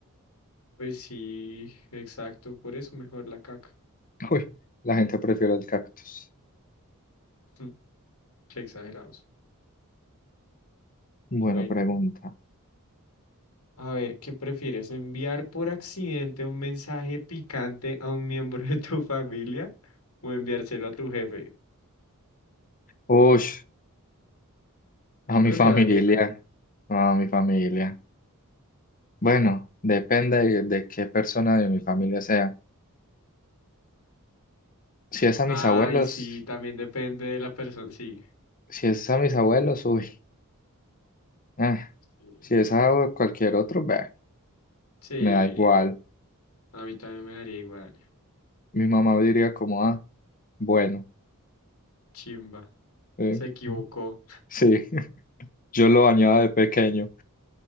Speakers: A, on the left; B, on the left.
A: Pues sí, exacto. Por eso mejor la caca.
B: <laughs> Uy, la gente prefiere el cactus.
A: Mm, Qué exagerados.
B: Bueno,
A: Bueno,
B: pregunta.
A: a ver, ¿qué prefieres? ¿Enviar por accidente un mensaje picante a un miembro de tu familia o enviárselo a tu jefe?
B: Uy,
A: Yo
B: a mi
A: prefiero
B: familia.
A: al jefe.
B: no, A mi familia. Bueno, depende de, de qué persona de mi familia sea. Si es a mis
A: Ay,
B: abuelos,
A: sí, también depende de la persona. Sí.
B: si es a mis abuelos, uy. Ah,
A: Sí.
B: si es a cualquier otro, bah,
A: Sí,
B: me da igual.
A: a mí también me daría igual.
B: Mi mamá diría como, ah, bueno,
A: Chimba.
B: eh,
A: Se equivocó.
B: sí, <laughs> yo lo bañaba de pequeño